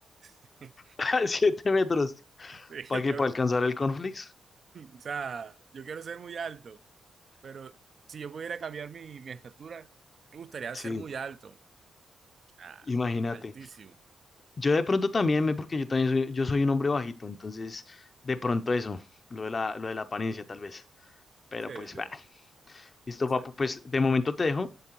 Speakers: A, on the right; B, on the left.
A: <laughs>
B: <laughs> Siete metros.
A: Sí,
B: ¿Para
A: Yo
B: qué?
A: quiero,
B: ¿Para alcanzar el conflicto?
A: o sea, yo quiero ser muy alto, pero si yo pudiera cambiar mi, mi estatura, me gustaría
B: Sí,
A: ser muy alto. O sea,
B: imagínate.
A: altísimo.
B: Yo de pronto también me, porque yo también soy, yo soy un hombre bajito, entonces de pronto eso, lo de la, lo de la apariencia tal vez. Pero
A: Sí,
B: pues,
A: sí. O
B: va. Listo,
A: sea,
B: papu, pues de momento te dejo.